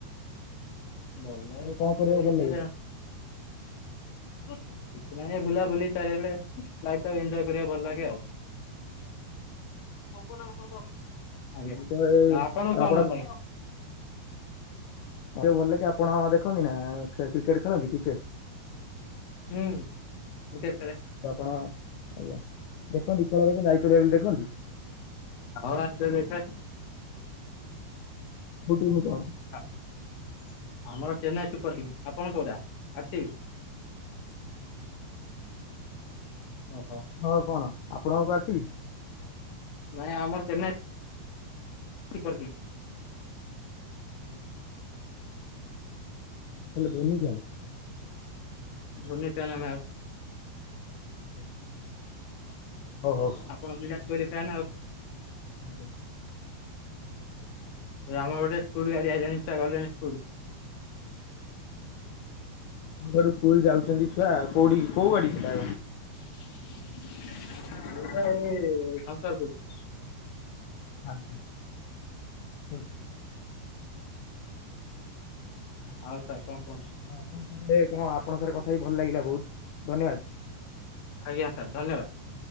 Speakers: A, on the left (about 65°); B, on the left (about 75°).
A: ଭଲ ଲାଗେ
B: ଆପଣଙ୍କୁ
A: କଣ
B: କରିବାକୁ
A: ଏଇଠିକା
B: ଭଲ ଲାଗେ?
A: କିଛି ନାାଇଁ ବୁଲା ବୁଲି ଚାରିଆଡେ ଲାଇଫ୍ ଟାକୁ ଏଞ୍ଜୟ୍ କରିବାକୁ ଭଲ ଲାଗେ ଆଉ। ଆଜ୍ଞା
B: ମୁଁ ତ
A: ଆପଣଙ୍କୁ କଣ
B: ଆପଣ
A: ଭଲ ଲାଗେ?
B: ଭଲକି ଆପଣ ଦେଖନ୍ତି ନା କ୍ରିକେଟ୍ ଖେଳନ୍ତି କ୍ରିକେଟ୍
A: ହୁଁ କ୍ରିକେଟ୍ ଖେଳେ।
B: ଆପଣ ଆଜ୍ଞା ଦେଖନ୍ତି ଖେଳ ଦେଖନ୍ତି ଆଇପିଏଲ୍ ବି ଦେଖନ୍ତି?
A: ହଁ ଆସ ଦେଖେ?
B: ବୁଟୁ ଭୂତ।
A: ଆମର ଚେନ୍ନାଇ ସୁପର୍ କିଙ୍ଗ୍, ଆପଣ କୋଉଟା ଆର ସି ବି?
B: ହୁଁ।
A: ଅହ।
B: ହଁ କଣ ଆପଣଙ୍କ ଆର୍ ସି ବି?
A: ନାଇଁ ଆମର ଚେନ୍ନାଇ ସୁପର୍ କିଙ୍ଗ୍।
B: ହୁଁ। ତାହେଲେ ଧୋନି ଫ୍ୟାନ୍?
A: ଧୋନି <unintelligible>
B: <unintelligible> ଓହୋ।
A: ଆପଣ ବିରାଟ୍ କୋହଲି ଫ୍ୟାନ୍ ଆଉ।
B: ଆଜ୍ଞା।
A: ଏ ଆମର ଗୋଟେ ସ୍କୁଲ ଗାଡି ଆଇଲାଣି ଛୁଆ ଗଲେଣି ସ୍କୁଲ୍।
B: ଘରୁ ସ୍କୁଲ୍ ଯାଉଛନ୍ତି ଛୁଆ କୋଉଠି କୋଉ ଗାଡି ଥିଲା?
A: ଏଟା ଏଇ ସମ୍ସଲପୁର୍।
B: ଖାଉଚି <unintelligible>
A: ହଉ ସାର୍ କଣ କୁହନ୍ତୁ?
B: ହଁ ଆପଣଙ୍କ ସାଙ୍ଗେ ଆପଣ ଙ୍କ ସହ କଥା ହେଇକି ଭଲ ଲାଗିଲା ବହୁତ୍ ଧନ୍ୟବାଦ୍।
A: ଆଜ୍ଞା ସାର୍ ଧନ୍ୟବାଦ୍।